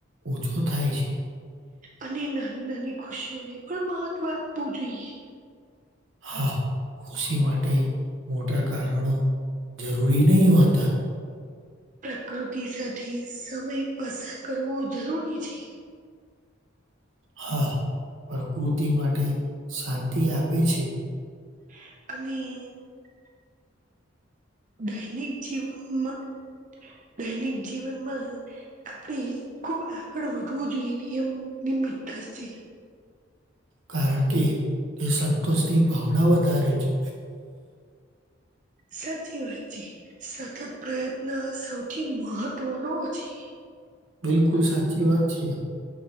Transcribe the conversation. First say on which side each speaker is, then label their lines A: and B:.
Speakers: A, on the right (about 75°); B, on the right (about 40°).
A: ઓછો થાય છે
B: અને નાની નાની ખુશીઓને પણ મહત્વ આપવું જોઈએ
A: હા, ખુશી માટે મોટા કારણો જરૂરી નહીં હોતા
B: પ્રકૃતિ સાથે સમય પસાર કરવો જરૂરી છે.
A: હા, પ્રકૃતિ માટે શાંતિ આપે છે.
B: <unintelligible> દૈનિક જીવનમાં દૈનિક જીવનમાં આપણે ખુબ આગળ વધવું જોઈએ, નિયમ મીઠાસ થી
A: કારણ કે, તે સંતોષની ભાવના વધારે છે.
B: સાચીવાત છે સતત પ્રયત્ન સૌથી મહત્વનો છે.
A: બિલકુલ સાચી વાત છે.